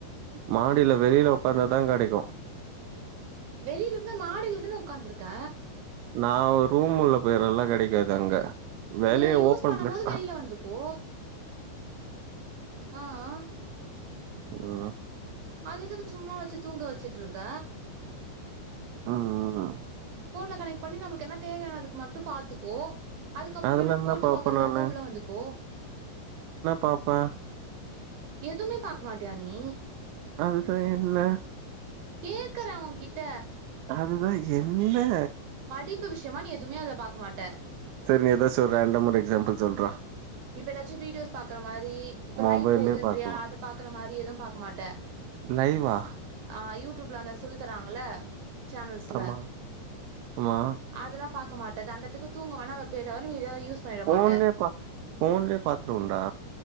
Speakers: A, on the right; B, on the right.
A: மாடியில வெளில உக்காந்தா தா கடைக்கோ
B: வெளில ஈசியா மாடியில தான உக்காந்திருக்க
A: நா ஒரு ரூம் உள்ள போயிரல்ல கிடைக்காது அங்க வெளிய
B: நீ அத யூஸ்
A: ஓப்பன்
B: பண்ணும்
A: பிளேஸ்
B: மோது வெளில வந்துக்கோ அ அ
A: அ
B: அது எதுக்கு சும்மா வெச்சி தூங்க வெச்சிட்ருக்க
A: ம் ம்
B: ஃபோன்ல கனெக்ட் பண்ணி நமக்கு என்ன தேவயானதுக்கு மட்டு பாத்துக்கோ அதுக்கப்புறமா
A: அதுல
B: எதுனா
A: என்ன
B: போட்டு
A: பாப்பே
B: பாக்குறாதாயிருந்தா
A: நானு
B: உள்ள வந்துக்கோ
A: பாப்போ
B: எதுமே பாக்க மாட்டியா நீ
A: அது செரி இல்ல
B: கேக்குற உன் கிட்ட
A: அதுதா என்னெயே
B: படிப்பு விஷையமா நீ எதுவுமே அதுல பாக்க மாட்ட
A: செர் நீ எதாச்சு ஒரு ரேண்டம்மா ஒரு எக்ஸாம்பிள் சொல்றா
B: இப்ப எதாச்சு வீடியோஸ் பாக்குற மாரி இப்ப
A: மொபைல்லயே
B: லைவ் போதுன்றியா
A: பாக்கலா
B: அத பாக்குற மாரி எதுவு பாக்க மாட்ட
A: லைவ்வா
B: ஆ யூட்டூப்ல அங்க சொல்லி தரவாங்ள சேனல்ஸ்ல
A: ஆமா ஆமா
B: அதெல்லாம் பாக்க மாட்டே தண்டக்கு தூங்கவே ஆனா வெப்பேஜ் தவிர யூஸ் பண்ணிட
A: ஃபோன்லயே
B: மாட்ட
A: பா ஃபோன்லே பாத்ருவேண்டா